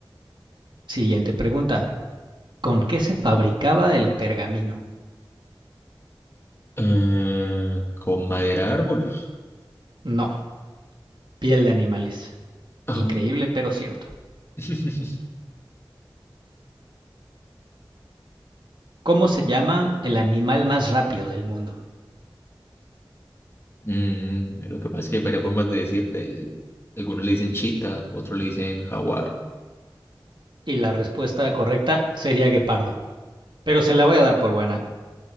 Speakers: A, on the right (about 60°); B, on the left (about 30°).
A: Siguiente pregunta. ¿Con qué se fabricaba el pergamino?
B: eh, con madera de árbol.
A: No, piel de animales.
B: Ah,
A: Increíble, pero cierto.
B: <laughs>
A: ¿Cómo se llama el animal más rápido del mundo?
B: Mm, lo que pasa es que hay varias formas de decirle. Algunos le dicen chita, otros le dicen jaguar.
A: Y la respuesta correcta sería guepardo. Pero se la voy a dar por buena.